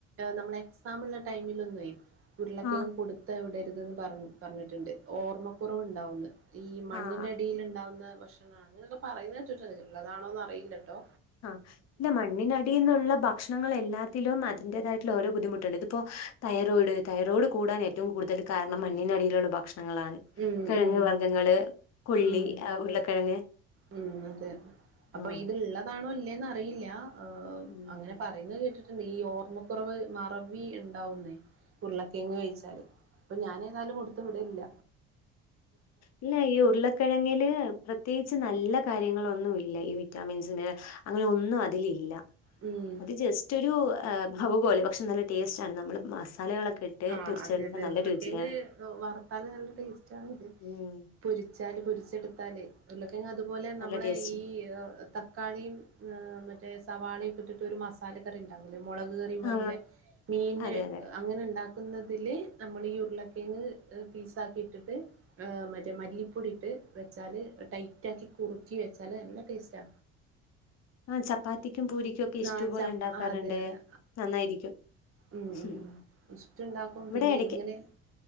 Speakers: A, on the right; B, on the left.
A: നമ്മളെ എക്സാമുള്ള ടൈമ് ഉരുള കിയങ്ങ്
B: ആഹ്
A: കൊടുത്ത് എ വിടരുതെന്ന് പറ പറഞ്ഞിട്ടുണ്ട് ഓർമ്മക്കുറവ് ഇണ്ടാവുന്ന് ഈ മണ്ണിന്റെ
B: ആഹ്
A: അടിയില് ഇണ്ടാവുന്ന ഭക്ഷണാണ് അങ്ങനെക്കെ പറയുന്നട്ടിട്ടോ ഇള്ളതാണോന്ന് അറിയില്ലട്ടോ
B: ആഹ് ഇന്റെ മണ്ണിനടി ടീന്നുള്ള ഭക്ഷണങ്ങൾ എല്ലാത്തിലും അതിന്റേതായിട്ടുള്ള ഓരോ ബുദ്ധിമുട്ടുണ്ട് ഇതിപ്പോ തൈറോയിഡ് തൈറോയിഡ് കൂടാൻ ഏ ഏറ്റവും കൂടുതൽ കാരണം മണ്ണിനടിയിലുള്ള ഭക്ഷണങ്ങളാണ്
A: ഉം
B: കിഴങ്ങ്
A: ഉം
B: വർഗങ്ങള് പുള്ളി
A: ഉം
B: ഉരുളക്കിഴങ്ങ്
A: ഉം അതെ അപ്പൊ
B: ആഹ്
A: ഇത്ള്ളതാണോ ഇല്ലേന്ന് അറിയില്ല
B: ഉം
A: അങ്ങനെ പറയുന്ന കേട്ടിട്ട് ഈ ഓർമ്മക്കുറവ് മറവി ഇണ്ടാവുന്നേ ഉരുള്ളക്കെങ്ങ് കഴിച്ചാല് അപ്പൊ ഞാന് എന്നാലും കൊടുത്തു വിടില്ല
B: ഇല്ല ഈ ഉർല കിഴങ്ങില് പ്രത്യേകിച്ച് നല്ല കാര്യങ്ങളൊന്നുല്ല ഈ വിറ്റാമിൻസിന് അങ്ങനെ ഒന്നും അതിലില്ല
A: ഉം
B: അത് ജസ്റ്റ് ഒര് ബവ് പോലെ പക്ഷെ നല്ല ടേസ്റ്റ ആണ് നമ്മള് മസാലകളൊക്കെ ഇട്ട്
A: ആഹ്
B: പൊരിച്ചെടുത്താൽ
A: അതെ അതെ
B: നല്ല
A: ഉരുളക്കേങ്ങ്
B: രുചിയാണ്
A: വറുത്താല് നല്ല ടേസ്റ്റ് ആണിത്
B: ഉം
A: പൊരിച്ചാല് പൊരിച്ചെടുത്താല് ഉരുളക്കേങ്‌ അതുപോലെ നമ്മള്
B: നല്ല ടേസ്റ്റ്
A: ഈ തക്കാളിയും മറ്റേ സവാളയൊക്കെ ഇട്ടിട്ട് ഒരു മസാലക്കറി ഉണ്ടാക്കില്ലേ മുളക് കറി റി പോലെള്ള
B: ആ
A: മീൻ
B: അതെ അതെ
A: അങ്ങനെണ്ടാക്ക് ണ്ടാക്കുന്നതില് നമ്മൾ ഈ ഉരുളക്കെങ് പീസാക്കി ഇട്ടിട്ട് ഹ് മറ്റേ മല്ലിപ്പൊടിയിട്ട് വെച്ചാല് ടൈറ്റ ആക്കി കുറുക്കി വെച്ചാല് നല്ല ടേസ്റ്റാ
B: ആ ചപ്പാത്തിക്കും പൂരിക്കും ഒക്കെ ഈശ്ടു
A: ആഹ്
B: പോലെ
A: ചപ്പ
B: ഉണ്ടാക്കാറുണ്ട്
A: അതെ അതെ
B: നന്നായിരിക്കും
A: ആഹ് ആഹ്
B: ഉം.
A: ആഹ് ഇഷ്ടുണ്ടാക്കും
B: ഇവിടെ
A: പിന്നെ
B: ഇടയ്ക്ക്
A: ഇങ്ങനെ